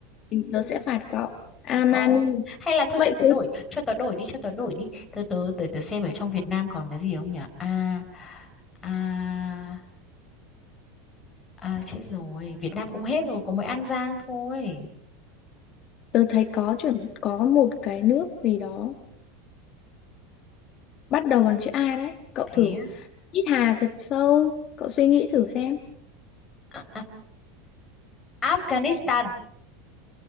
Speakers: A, on the left (about 35°); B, on the left (about 15°).
A: thì tớ sẽ phạt cậu Armani
B: Ờ, hay là thôi
A: vậy
B: cho tớ
A: tớ
B: đổi cho tớ đổi đi cho tớ đổi đi tớ tớ để tớ xem ở trong Việt Nam còn cái gì không nhỉ à à à chết rồi Việt Nam cũng hết rồi có mỗi An Giang thôi
A: tớ thấy có chuẩn có một cái nước gì đó bắt đầu bằng chữ A đấy cậu
B: thế
A: thử
B: á.
A: hít hà thật sâu cậu suy nghĩ thử xem
B: à, à, Afghanistan